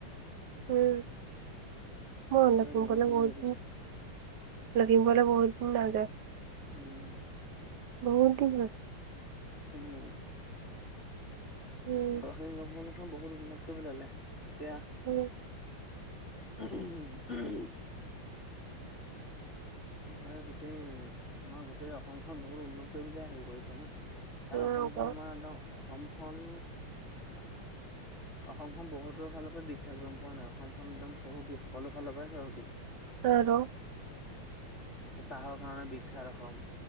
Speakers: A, on the right (about 60°); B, on the left (about 30°).
A: উম, মই <inaudible>
B: চৰকাৰে বহুত সুবিধা দিছে।
A: লখিমপুৰলৈ বহুত দিন নাইযোৱা।
B: উম,
A: বহুত দিনত
B: হম, <inaudible>
A: উম, উম,
B: <unintelligible> মানে গোটেই আমাৰ গোটেই অসমখন বহুত উন্নত কৰিবলৈ আহি কৰিছে ন,
A: বস্তু
B: কাৰণ অসমখন আমাৰ, একদম অসমখন অসমখন বহুতৰ ফালৰ পৰা বিখ্যাত, গম পোৱা নে নাই? অসমখন একদম চহকী সকলো ফালৰ পৰাই চহকী।
A: <unintelligible>
B: চাহৰ কাৰণে বিখ্যাত অসম,